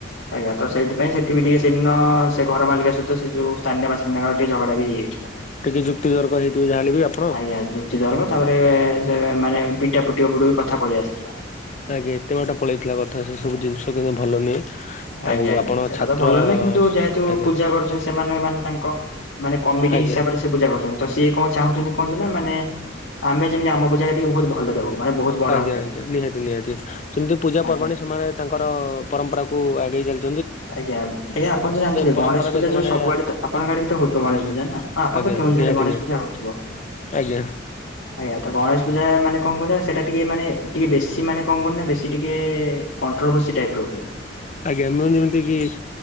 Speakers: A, on the left; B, on the left.
A: ଆଜ୍ଞା ତ ସେଇଥିପାଇଁ ସେଠି ବି ଟିକେ ସେଦିନ ସେ ଘର ମାଲିକ ସହିତ ସେ ଯଉ ସ୍ଥାନୀୟ ବାସିନ୍ଦାଙ୍କ ଟିକେ ଝଗଡା ବି ହେଇଯାଇଥିଲା।
B: ଟିକେ ଯୁକ୍ତିତର୍କ ହେଇଥିବ ଯାହାହେଲେ ବି ଆପ୍
A: ଆଜ୍ଞା ଯୁକ୍ତିତର୍କ ତାପରେ ସେ ମାନେ ପିଟା ପୁଟି ଉପରକୁ କଥା ପଳେଇ ଆସିଥିଲା।
B: ଆଜ୍ଞା ଏତେ ବାଟ ପଳେଇଥିଲା କଥା ସେ ସବୁ ଜିନିଷ କିନ୍ତୁ ଭଲ ନୁହେଁ। ଆଉ
A: ଆଜ୍ଞା ଆଜ୍ଞା
B: ଆପଣ
A: ସେଟା
B: ଛାତ୍ର
A: ତ ଭଲ ନୁହେଁ କିନ୍ତୁ ଯେହେତୁ
B: ଆଜ୍ଞା
A: ପୂଜା କରୁଚନ୍ତି ସେମାନେ ମାନେ ତାଙ୍କ ମାନେ କମିଟି
B: ଆଜ୍ଞା
A: ହିସାବରେ ସେ ସେ ପୂଜା କରୁଚନ୍ତି ତ ସିଏ କଣ ଚାହୁଁଚନ୍ତି କୁହନ୍ତୁ ନା ମାନେ ଆମେ ଯେମିତି ଆମ ପୂଜା ଟା ଟିକେ ବହୁତ୍ ଭଲରେ ହଉ। ମାନେ ବହୁତ ବଡ
B: ଆଜ୍ଞା
A: ଆକାରରେ
B: ଆଜ୍ଞା
A: ହଉ।
B: ନିହାତି ନିହାତି ଯେମିତି ପୂଜା
A: ଆଜ୍ଞା
B: ପର୍ବାଣି ସେମାନେ ତାଙ୍କର ପରମ୍ପରାକୁ ଆଗେଇ ଚାଲି
A: ଆଜ୍ଞା ଏୟା ଆପଣ ତ ଜାଣିିଥିବେ
B: ପରମ୍ପରାରେ
A: ଗଣେଶ ପୂଜା
B: ସେମାନେ
A: ଯଉ ସବୁଆଡେ ତ ଆପଣଙ୍କ ଆଡେ ତ ହଉଥିବ ଗଣେଶ
B: ଆଜ୍ଞା
A: ପୂଜା ନା? ହଁ- ଆପଣ
B: ଆଜ୍ଞା
A: ତ କେଉଁଝରରେ
B: ନିହାତି
A: ଗଣେଶ
B: ନିହାତି
A: ପୂଜା ହଉଥିବ।
B: ଆଜ୍ଞା।
A: ଆଜ୍ଞା ତ ଗଣେଶ ପୂଜା ମାନେ କଣ କୁହ ସେଇଟା ଟିକେ ମାନେ ଟିକେ ବେଶୀ ମାନେ କଣ କୁହ ନା ବେଶୀ ଟିକେ କଣ୍ଟ୍ରୋଭର୍ସି ଟାଇପ୍ ର ହୁଏ।
B: ଆଜ୍ଞା ମୁଁ ଯେମିତି କିି